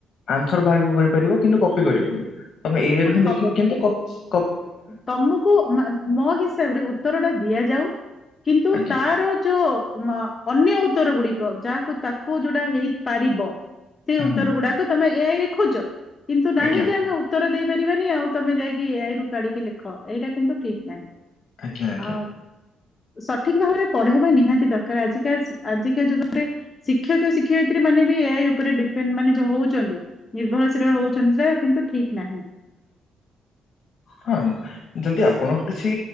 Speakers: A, on the left; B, on the left.
A: ଆନ୍ସର ବାହାରକୁ କରିପାରିବ କିନ୍ତୁ କପି କରିବନି। ତମେ ଏଇରୁ ହିଁ ଦେଖିବ
B: ହଁ।
A: କିନ୍ତୁ କ
B: ତମକୁ, ମୋ ହିସାବରେ ଉତ୍ତର ଟା ଦିଆଯାଉ। କିନ୍ତୁ
A: ଆଜ୍ଞା
B: ତାର ଯୋଉ ମ ଅନ୍ୟ ଉତ୍ତର ଗୁଡିକ ଯାହାକୁ ତାକୁ ଯୋଉଟା ହେଇପାରିବ ସେଇ
A: ହୁଁ
B: ଉତ୍ତର ଗୁଡାକ ତମେ। ଏ ଆଇରେଖୋଜ କିନ୍ତୁ ନାହିଁ
A: ଆଜ୍ଞା
B: ଯେ ଆମେ ଉତ୍ତର ଦେଇପାରିବାନି ଆଉ ତମେ ଯାଇକି ଏଆଇ ଋ। କାଢିକି ଲେଖ। ଏଇଟା କିନ୍ତୁ ଠିକ ନାହିଁ।
A: ଆଜ୍ଞା ଆଜ୍ଞା।
B: ଆ ସଠିକ ଭାବରେ ପଢେଇବା ନିହାତି ଦରକାର। ଆଜିକା, ଆଜିକା ଯୁଗରେ। ଶିକ୍ଷକ, ଶିକ୍ଷୟିତ୍ରୀ ମାନେ ବି ଏ-ଆଇ ଉପରେ ଡିପେଣ୍ଡ ମାନେ ଯ ହଉଛନ୍ତି। ନିର୍ଭରଶୀଳ ହଉଛନ୍ତି ଯ କିନ୍ତୁ ଠିକ୍ ନାହିଁ।
A: ହଁ, ଯଦି ଆପଣଙ୍କ କିଛି